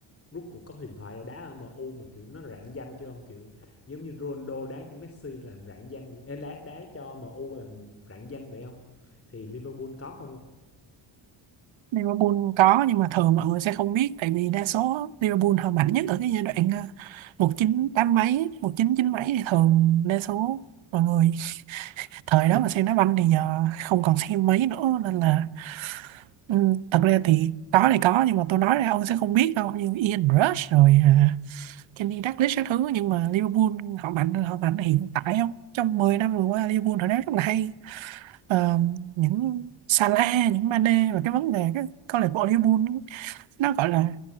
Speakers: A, on the left; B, on the right.
A: rút cuộc có huyền thoại nào đá ở MU mà kiểu nó rạng danh chứ không kiểu giống như Ronaldo đá cho Messi làm rạng danh đá đá cho MU làm rạng danh vậy không thì Liverpool có không không
B: Liverpool có nhưng mà thường mọi người sẽ không biết tại vì đa số Liverpool họ mạnh nhất ở cái giai đoạn ờ, 198 mấy, 199 mấy thì thường đa số mọi người thời đó mà xem đá banh thì giờ không còn xem mấy nữa nên là ừ, thật ra thì có thì có nhưng mà tôi nói ra ông sẽ không biết đâu như Ian Rush rồi ờ, Kenny Dalglish các thứ nhưng mà Liverpool họ mạnh họ mạnh hiện tại không trong 10 năm vừa qua Liverpool họ đá rất là hay Ờ, những Salah những Mane và cái vấn đề cái câu lạc bộ Liverpool nó gọi là